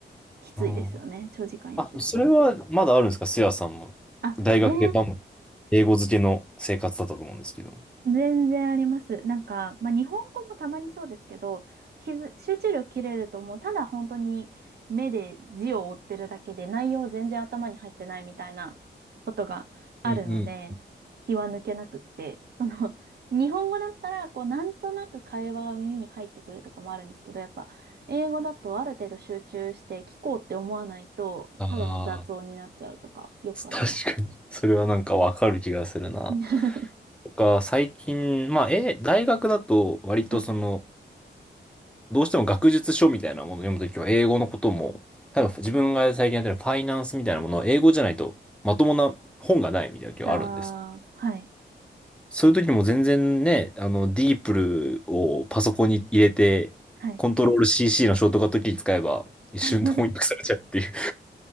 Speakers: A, on the right (about 60°); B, in the centre.
A: きついですよね。
B: うん、
A: 長時間やってると。
B: あ、それはまだあるんですか、せやさんも。
A: あ、
B: 大学でバンバン英語漬けの生活だったと思うんですけども。
A: 全全然あります。なんか、まあ、日本語もたまにそうですけど、気づ、集中力切れるともうただ本当に目で字を追ってるだけで内容全然頭に入ってないみたいなことがあるので、
B: うんうん
A: 気は抜けなくって、その、<laughs> 日本語だったら、こう、なんとなく会話が耳に入ってくるとかもあるんですけど、やっぱ、英語だとある程度集中して聞こうって思わないと、
B: ああ、
A: ただの雑音になっちゃうとか、よくあります。
B: 確かに。それはなんかわかる気がするな。
A: <laughs>
B: とか、最近、まあ、え、大学だと割とその、
A: はい。
B: どうしても学術書みたいなものを読むときは英語のことも、例えば自分が最近やってるファイナンスみたいなものを英語じゃないとまともな本がないみたいな時はあるんです。
A: ああ、はい。
B: そういう時も全然ね、あの、ディープルをパソコンに入れて、
A: はい。
B: コントロール CC のショートカットキー使えば一瞬で翻訳されちゃうっていう
A: <laughs>